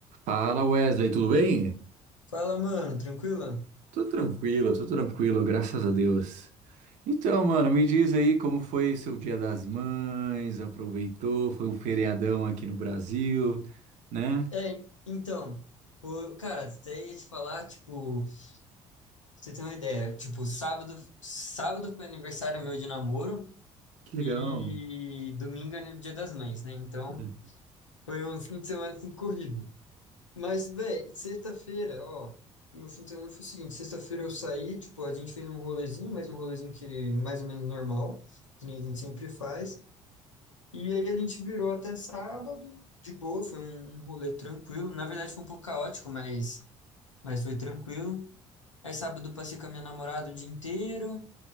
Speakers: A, on the right (about 50°); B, on the left (about 80°).
A: Fala Wesley, tudo bem?
B: Fala, mano, tranquila?
A: Tudo tranquilo, tudo tranquilo, graças a Deus. Então, mano, me diz aí como foi seu Dia das Mães, aproveitou, foi um feriadão aqui no Brasil, né?
B: É, então, pô, cara, até ia te falar, tipo, pra você tem uma ideia, tipo, sábado, sábado foi aniversário meu de namoro
A: Que legal.
B: e domingo é o Dia das Mães, né? Então,
A: Hum,
B: foi um fim de semana assim corrido. Mas, véi, sexta-feira, ó, meu fim de semana foi o seguinte, sexta-feira eu saí, tipo, a gente fez um rolezinho, mas um rolezinho que é mais ou menos normal, que nem a gente sempre faz. E aí a gente virou até sábado, de boa, foi um, um rolê tranquilo. Na verdade foi um pouco caótico, mas, mas foi tranquilo. Aí sábado eu passei com a minha namorada o dia inteiro.